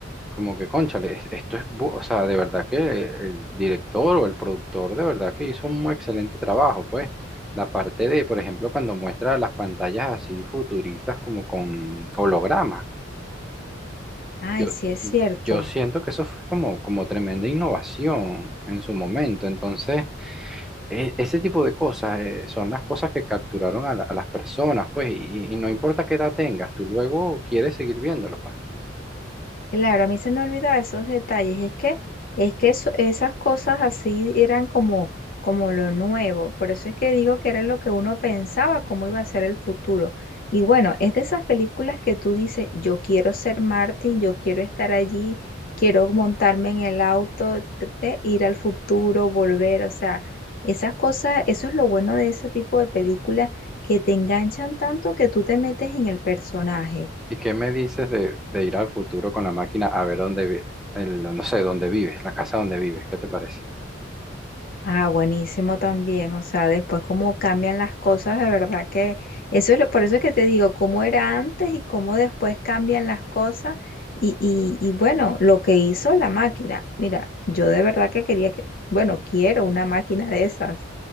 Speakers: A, in the centre; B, on the left.
A: como que, cónchale, es- esto es, bu- o sea, de verdad que el director o el productor de verdad que hizo un excelente trabajo, pues. La parte de, por ejemplo, cuando muestra las pantallas así futuristas como con hologramas.
B: Ay,
A: Yo,
B: sí es cierto.
A: yo siento que eso fue como, como tremenda innovación en su momento. Entonces, e- ese tipo de cosas eh, son las cosas que capturaron a, la- a las personas, pues, y, y no importa qué edad tengas, tú luego quieres seguir viéndolo, pues.
B: Claro, a mí se me olvidaba esos detalles. Es que, es que eso- esas cosas así eran como, como lo nuevo. Por eso es que digo que era lo que uno pensaba, cómo iba a ser el futuro. Y bueno, es de esas películas que tú dices, yo quiero ser Martin, yo quiero estar allí, quiero montarme en el auto, eh, ir al futuro, volver. O sea, esas cosas, eso es lo bueno de ese tipo de películas que te enganchan tanto que tú te metes en el personaje.
A: ¿Y qué me dices de, de ir al futuro con la máquina a ver dónde, vi- el- no sé, dónde vives, la casa donde vives? ¿Qué te parece? <laughs>
B: Ah, buenísimo también. O sea, después cómo cambian las cosas, de verdad que eso es lo- por eso es que te digo, cómo era antes y cómo después cambian las cosas. Y, y, y bueno, lo que hizo la máquina. Mira, yo de verdad que quería que, bueno, quiero una máquina de esas.